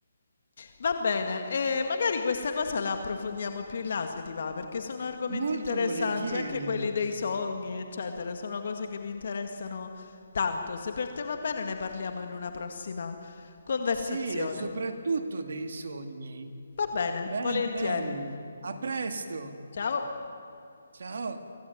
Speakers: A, on the left; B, on the right.
A: Va bene, e magari questa cosa la approfondiamo più in là se ti va, perché sono argomenti
B: Molto
A: interessanti,
B: volentieri.
A: anche quelli dei sogni, eccetera, sono cose che mi interessano tanto. Se per te va bene, ne parliamo in una prossima conversazione.
B: Sì, e soprattutto dei sogni.
A: Va bene,
B: Bene,
A: volentieri.
B: bene. A presto.
A: Ciao.
B: Ciao.